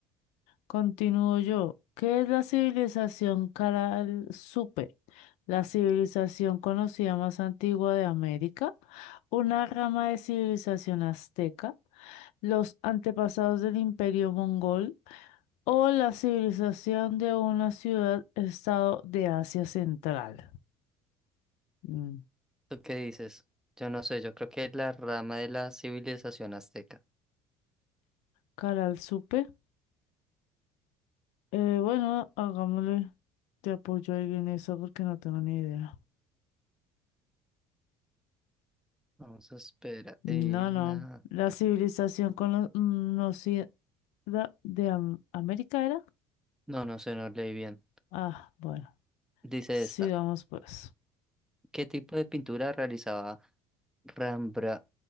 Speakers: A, on the left (about 75°); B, in the centre.
A: Continúo yo. ¿Qué es la civilización Caral Supe? La civilización conocida más antigua de América, una rama de civilización azteca, los antepasados del imperio mongol o la civilización de una ciudad-estado de Asia Central. Mm,
B: ¿Tú qué dices? Yo no sé, yo creo que es la rama de la civilización azteca.
A: Caral Supe. Eh, bueno, hagámosle. Te apoyo ahí en eso porque no tengo ni idea.
B: Vamos a esperar.
A: No,
B: Y nada.
A: no. La civilización cono- mm, no, sí, La- ¿De Am- América era?
B: No, no sé, no leí bien.
A: Ah, bueno.
B: Dice
A: Sigamos
B: esta.
A: pues.
B: ¿Qué tipo de pintura realizaba Rembra-